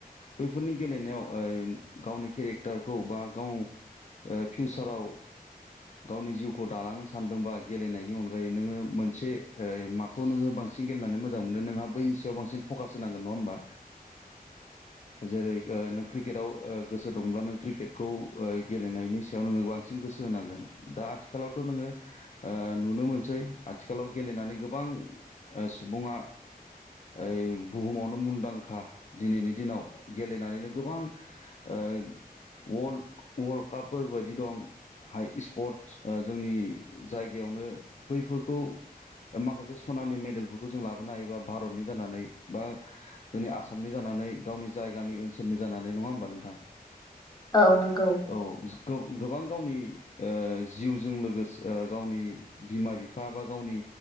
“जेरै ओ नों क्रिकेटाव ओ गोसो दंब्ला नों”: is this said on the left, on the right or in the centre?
Left